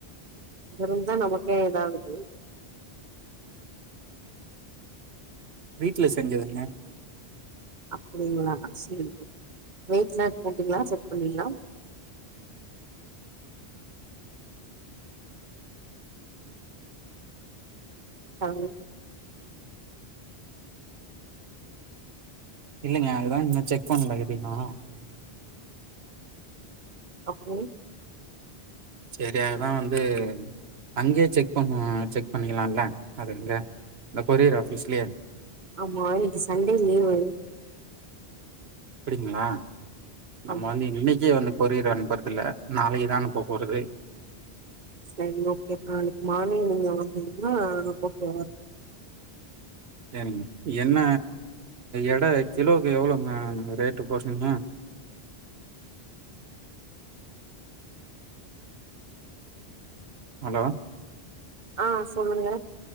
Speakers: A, on the right; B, on the right.
A: அங்கருந்தான் நமக்கே இததாகுது
B: வீட்டுல செஞ்சதுங்க
A: அப்டிங்களா சேரிங்க வெயிட்லா செஞ்சீங்களா செக் பண்ணீங்களா தானே
B: இல்லங்க அதுதான் இனச்ச க் பண்ல இது இன்னு
A: அப்டி
B: செரி அதுதான் வந்து அங்கயே செக் பண்ணுவக செக் பண்ணிக்கலாம்ல அதுல்ல இந்த கொரியர் ஆபீஸ்லய
A: ஆமா இன்னைக்கி சண்டே லீவு்
B: அப்டிங்களா நம்ம
A: ஆமா
B: வந்து இன்னைக்கே வந்து பொரியர் அனுப்பறதுல நாளைக்குதான அனுப்ப போறது
A: சரி ஓகே நாளைக்கு மார்னிங் நீங்க வந்த் ஆஹ ஓகே ஓகே
B: சரிங்க என்ன எட கிலோக்கு எவ்ளவுங்க ரேட்டு போடுறீங்க ஹலோ
A: ஆஹ் சொல்லுங்க